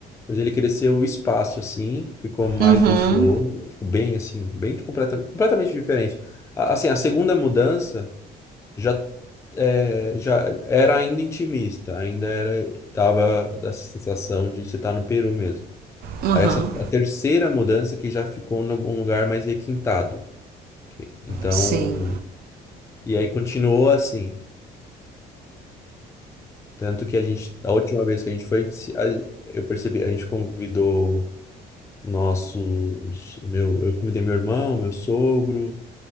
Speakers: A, on the left; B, on the right.
A: mas ele cresceu o espaço assim, ficou mais
B: Uhum,
A: luxuoso, ficou bem assim, bem completamente, completamente diferente. A- Assim, a segunda mudança já é, já era ainda intimista, ainda era tava dessa sensação de você estar no Peru mesmo.
B: uhum.
A: Aí essa a terceira mudança que já ficou em algum lugar mais requintado. Então,
B: Sim.
A: e aí continuou assim. Tanto que a gente, a última vez que a gente foi, se- a- eu percebi, a gente convidou nossos, meu, eu convidei meu irmão, meu sogro,